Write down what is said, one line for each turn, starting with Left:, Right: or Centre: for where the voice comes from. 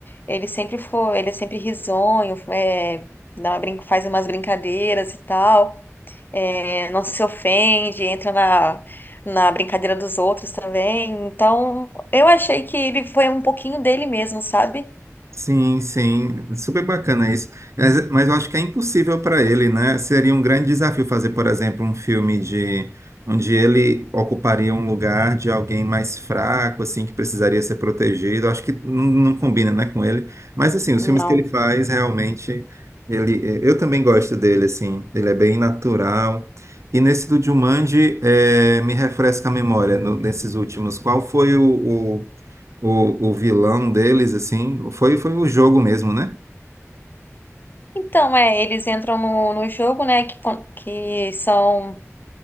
Left: Ele sempre foi, ele é sempre risonho, é, dá uma brin- faz umas brincadeiras e tal, é, não se ofende, entra na, na brincadeira dos outros também. Então, eu achei que ele foi um pouquinho dele mesmo, sabe?
Right: Sim, sim, super bacana isso. Mas, mas eu acho que é impossível para ele, né? Seria um grande desafio fazer, por exemplo, um filme de onde ele ocuparia um lugar de alguém mais fraco, assim, que precisaria ser protegido. Eu Acho que não, não combina, né, com ele. Mas assim, os
Left: não
Right: filmes que ele faz realmente, ele, eh, eu também gosto dele, assim. Ele é bem natural. E nesse do Jumanji, eh, me refresca a memória no- nesses últimos. Qual foi o, o o, o vilão deles, assim, foi, foi o jogo mesmo, né?
Left: Então, é, eles entram no, no jogo, né, que, con- que são,